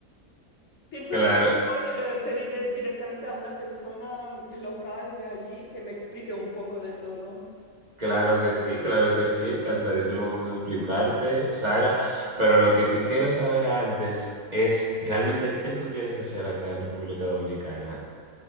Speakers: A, on the left; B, on the right.
A: Pienso
B: Claro,
A: que es mejor eh, pedirle directamente a una persona mm, local de allí que me explique un poco de todo.
B: claro que sí, claro que sí, encantadísimo con explicarte, Sara, pero lo que sí quiero saber antes es realmente qué tú quieres hacer acá en República Dominicana.